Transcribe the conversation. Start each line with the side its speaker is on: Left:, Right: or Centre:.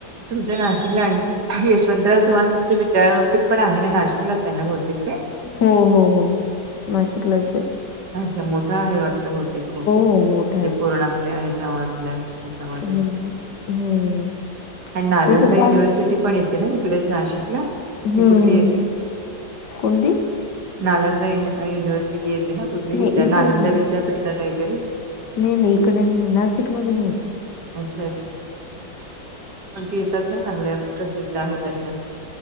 Right: तुमच्या नाशिकला आणखी यशवंतराव चव्हाण मुक्त विद्यापीठ पण आहे ना नाशिकलाच आहे ना बहुतेक ते.
Left: हो हो हो नाशिकलाच आहे.
Right: अच्छा मोठा आहे वाट. बहुतेक हो ते खूप
Left: हो. मोठा
Right: म्हणजे
Left: आहे.
Right: पूर्ण आपल्या आहे हेच्यामधल्या त्याच्यामध्ये
Left: हं. हं.
Right: आणि नालंदा
Left: त्याची ब्रांच
Right: युनिव्हर्सिटी
Left: आहे.
Right: पण येत. ना तिकडेच नाशिकला
Left: हं.
Right: ते कुठली येते.
Left: कोणती?
Right: नालंदा युनिव्हर्सिटी येते ना कुठली
Left: नाही
Right: विद्या
Left: इथं
Right: नालंदा
Left: नाही.
Right: विद्यापीठ का काहीतरी
Left: नाही नाही इकडे नाही नाशिक मध्ये नाही ते
Right: अच्छा अच्छा को कोणती येतात ना चांगल्या प्रसिद्ध आहेत अशा